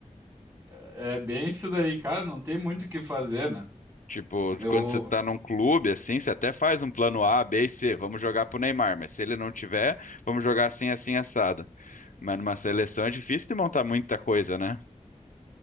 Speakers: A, on the right; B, on the left.
A: é bem isso daí, cara. Não tem muito o que fazer, né?
B: Tipo,
A: Eu,
B: quando você tá num clube assim, você até faz um plano A, B e C, vamos jogar pro Neymar, mas se ele não tiver, vamos jogar assim, assim, assado. Mas numa seleção é difícil de montar muita coisa, né?